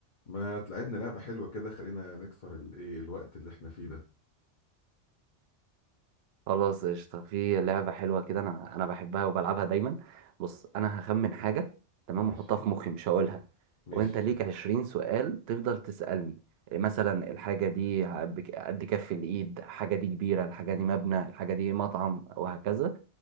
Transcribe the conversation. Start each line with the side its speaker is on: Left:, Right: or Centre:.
Left: ما تلعبنا لعبة حلوة كده خلينا نكسر الايه الوقت اللي احنا فيه ده
Right: خلاص قشطة في لعبة حلوة كده أنا أنا بحبها وبلعبها دايما بص أنا هخمن حاجة تمام
Left: ماشي
Right: وأحطها في مخي مش هقولها
Left: ماشي
Right: وأنت ليك عشرين سؤال تفضل تسألني مثلا الحاجة دي بك- قد كف الإيد الحاجة دي كبيرة الحاجة دي مبنى الحاجة دي مطعم وهكذا